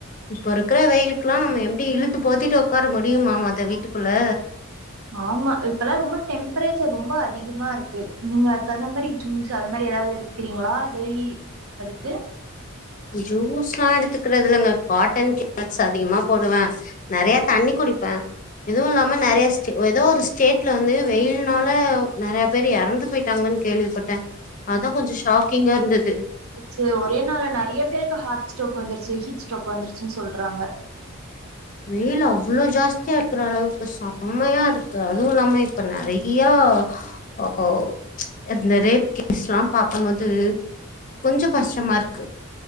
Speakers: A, on the left (about 35°); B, on the right (about 75°).
A: இப்ப இருக்ற வெயிலுக்ல்லா நம்ம எப்டி இழு போத்திட்டு ஒக்கார முடியுமா மொத வீட்டு புள்ள
B: ஆமா இப்பெல்லா ரொம்ப டெம்ப்ரேச்சர் ரொம்ப அ திகமா இருக்கு நீங்க தந்த மாரி ஜூஸு அத மாரி எதாவ்து எடுத்துக்கிறீங்ளா டெய்லி அதுக்கு
A: ஜூஸ்லா எடுத்துக்றதில்லங்க காட்டன் <inaudible> அதிகமா போடுவே நறையா தண்ணி குடிப்பே இதுவு இல்லாம நெறையஸ்ச் ஒ எதோ ஒரு ஸ்டேட்ல வந்து வெயில்னால நறையா பேரு எறந்து போயிட்டாங்கன் கேள்விப்பட்டே அதா கொஞ்ச ஷாக்கிங்காருந்தது
B: இது ஒரே நாள்ல நறைய பேருக்கு ஹாட் ஸ்டோக் வந்துருச்சு ஹீட் ஸ்டோக் வந்துருச்சுன் சொல்றாங்க
A: வெயில் அவ்வுளோ ஜாஸ்தியா இருக்ற அளவுக்கு செம்மையா இருக்கு அதுவு இல்லாம இப்ப நறைய ஒ ஓ இந்த ரேப் கேஸ்லாம் பாக்கம் மோது கொஞ்சோ கஷ்டமாருக்கு